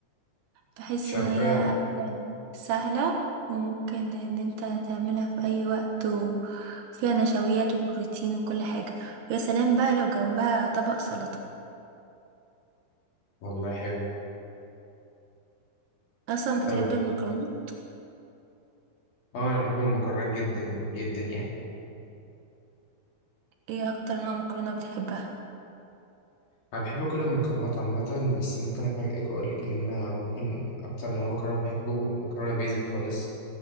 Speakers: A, on the right; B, on the left.
A: بحس
B: شغال
A: ان هي اكله سهله وممكن ان انت تعملها في اي وقت وفيها نشويات وبروتين وكل حاجه ويا سلام بقى لو جنبها طبق سلطه
B: والله حلو
A: اصلا بتحب
B: طب
A: المكرونه
B: اه انا بحب المكرونات جدا جدا يعني
A: ايه اكتر نوع مكرونه بتحبها
B: انا بحب كل المكرونات عامة بس ممكن افاجئك واقول لك ان انا ممكن اكتر نوع مكرونة بحبه مكرونة بيزك خالص